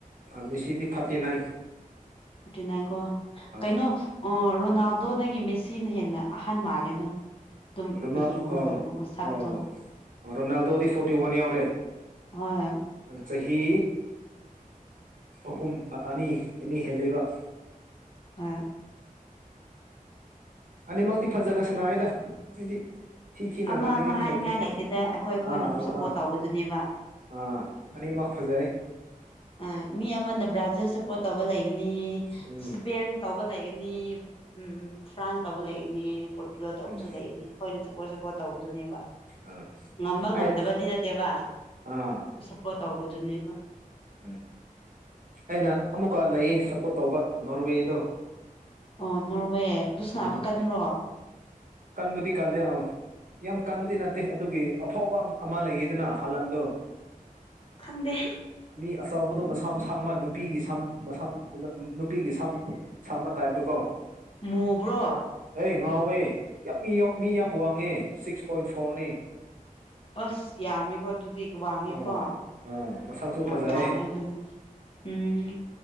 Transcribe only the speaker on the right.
ꯃꯤ ꯁꯤꯗꯤꯤ ꯊꯥꯔꯇꯤ ꯅꯥꯏ
ꯑꯥ
ꯑꯗꯨꯅ
ꯑꯥ
ꯑꯣ ꯔꯣꯅꯥꯜꯗꯣꯗꯤ ꯐꯣꯔꯇꯤ ꯋꯥꯟ ꯌꯥꯎꯔꯦ
ꯆꯍꯤ ꯑꯍꯨꯝ ꯑꯅꯤ ꯑꯅꯤ ꯍꯦꯜ ꯂꯩꯕ
ꯑꯅꯤꯃꯛꯇꯤ ꯐꯖꯅ ꯁꯅꯥꯏꯗ ꯑꯩꯗꯤ ꯐꯤ ꯀꯤ ꯅꯪꯅꯒꯗꯤ
ꯂꯩ ꯂꯩꯇꯦ
ꯑꯥ
ꯑꯥ
ꯑꯥ ꯑꯅꯤ ꯃꯛ ꯐꯖꯥꯏ
ꯎꯝ
ꯎꯝ
ꯑꯥ
ꯑꯩ
ꯑꯥ
ꯎꯝ ꯑꯩꯅ ꯑꯃꯨꯛꯀ ꯂꯩꯌꯦ ꯁꯞꯄꯣꯔꯠ ꯇꯧꯕ ꯅꯣꯔꯋꯦꯗꯣ
ꯎꯝ
ꯀꯟꯕꯨꯗꯤ ꯀꯂꯦ ꯑ ꯌꯥꯝ ꯀꯟꯕꯗꯤ ꯅꯠꯇꯦ ꯑꯗꯨꯒꯤ ꯑꯐꯥꯎꯕ ꯑꯃ ꯂꯩꯌꯦꯗꯅ ꯍꯍꯟꯗꯣ
ꯃꯤ ꯑꯆꯥꯎꯕꯗꯣ ꯃꯁꯥ ꯃꯁꯥ ꯁꯥꯡꯕ ꯅꯨꯄꯤꯒꯤ ꯁꯝ ꯁꯝ ꯅꯨꯄꯤꯒꯤ ꯁꯝ ꯁꯥꯡꯕ ꯇꯥꯏꯞꯇꯀꯣ
ꯑꯦ ꯉꯥꯎꯋꯦ ꯌꯥꯝ ꯃꯤ ꯌꯥꯝ ꯋꯥꯡꯉꯦ ꯁꯤꯛꯁ ꯄꯣꯏꯟ ꯐꯣꯔꯅꯤ
ꯑꯥ ꯑꯥ ꯃꯁꯛꯁꯨ
ꯐꯖꯩ